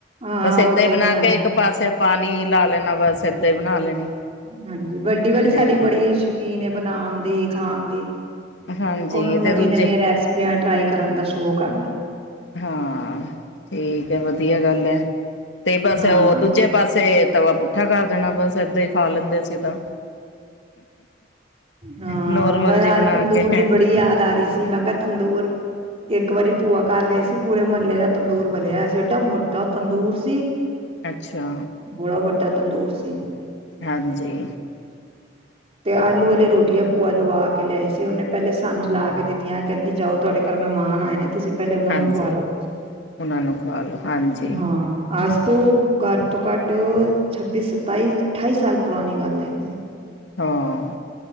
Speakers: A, on the right; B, on the left.
A: ਹਾਂ
B: ਬਸ ਇਦਾਂ
A: ਓਦਾਂ
B: ਹੀ ਬਣਾ
A: ਬਣਾਉਣੀ
B: ਕੇ ਇੱਕ ਪਾਸੇ ਪਾਣੀ ਲਾ ਲੈਣਾ ਬਸ ਏਦਾਂ ਹੀ ਬਣਾ ਲੈਣੀ
A: ਹਾਂਜੀ ਵੱਡੀ ਵਾਲੀ ਸਾਡੀ
B: ਤੇ
A: ਬੜੀ ਸ਼ੌਕੀਨ ਬਣਾਉਣ ਦੀ ਖਾਣ ਦੀ
B: ਹਾਂਜੀ
A: ਉਹਨੂੰ ਨਵੀਂ
B: ਤੇ ਦੂਜੇ
A: ਨਵੀਆਂ ਰੈਸਪੀਆਂ ਟਰਾਈ ਕਰਨ ਦਾ ਸ਼ੌਕ ਹੈਗਾ
B: ਹਾਂ ਠੀਕ ਹੈ ਵਧੀ ਵਧੀਆ ਗੱਲ ਹੈ ਤੇ ਪਾਸ
A: ਹਾਂ
B: ਉਹ ਦੂਜੇ ਪਾਸੇ ਤਵਾ ਪੁੱਠਾ ਕਰ ਦੇਣਾ ਬਸ ਏਦਾਂ ਹੀ ਖਾ ਲੈਂਦੇ ਅਸੀਂ ਤਾਂ
A: ਹਾਂ
B: ਨੋਰਮਲ
A: ਉਹ ਮੈਂ
B: ਜੀ ਬਣਾ
A: ਅੱਜ ਤੰਦੂਰ
B: ਕੇ
A: ਦੀ ਬੜੀ ਯਾਦ ਆ ਰਹੀ ਸੀ ਮੈਂ ਕਿਹਾ ਤੰਦੂਰ ਇੱਕ ਵਾਰੀ ਭੂਆ ਕਰ ਗਏ ਸੀ ਪੂਰੇ ਮਹੱਲੇ ਦਾ ਤੰਦੂਰ ਬਲਿਆਇਆ ਸੀ ਏਡਾ ਵੱਡਾ ਤੰਦੂਰ ਸੀ
B: ਅੱਛਾ
A: ਬੜਾ ਵੱਡਾ ਤੰਦੂਰ ਸੀ
B: ਹਾਂਜੀ
A: ਤੇ ਆਲੂ ਵਾਲੀ ਰੋਟੀਆਂ ਭੂਆ ਲਵਾ ਕੇ ਲਿਆਈ ਸੀ ਉਹਨੇ ਪਹਿਲੇ ਸਾਨੂੰ ਲਾ ਕੇ ਦਿੱਤੀਆਂ ਕਹਿੰਦੀ ਜਾਓ ਤੁਹਾਡੇ ਘਰ ਮਹਿਮਾਨ ਆਏ ਨੇ ਤੁਸੀਂ ਪਹਿਲੇ ਉਹਨਾਂ
B: ਹਾਂਜੀ
A: ਨੂੰ ਖਵਾ ਲਓ
B: ਉਹਨਾਂ ਨੂੰ ਖਵਾ ਲੋ ਹਾਂਜੀ,
A: ਹਾਂ ਅੱਜ ਤੋਂ ਘੱਟ ਤੋਂ ਘੱਟ ਛੱਬੀ ਸਤਾਈ ਅਠਾਈ ਸਾਲ ਪੁਰਾਣੀ ਗੱਲ ਹੈਗੀ <inaudible>
B: ਹਾਂ